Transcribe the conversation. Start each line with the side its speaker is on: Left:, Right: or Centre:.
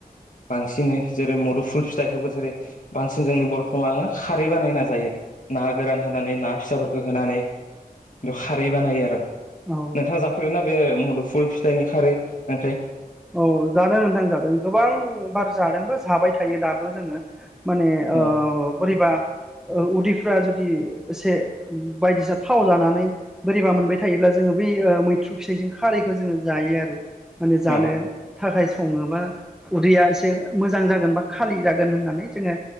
Left: बांसिन जेरै मुदुफुल फिथाइखौबो जेरै बांसिन जोंनि बर'फा आंङो खारै बानायनो नाजायो। ना गोरान होनानै ना फिसाफोरखौ होनानै बेयाव खारै बानायो आरो। नोंथांङा
Centre: औ
Left: जाफेरोना बे मदु फुल फिथाइनि खारै ओं
Centre: औ जादों नथां जादों गोबां बार जादोंबा जाबाय थायो दाबो जोंङो माने आ
Left: औ
Centre: बोरिबा उदैफ्रा जुदि एसे बायदिसिना थाव जानानै बोरैबा मोनबाय थायोब्ला जोंङो बैह मैथ्रु फिथाइजों खारैखौ जोंङो जायो आरो माने जानो
Left: औ
Centre: थाखाय संङोबा उदैया एसे मोजां जागोन बा खालि जागोन होननानै जोंङो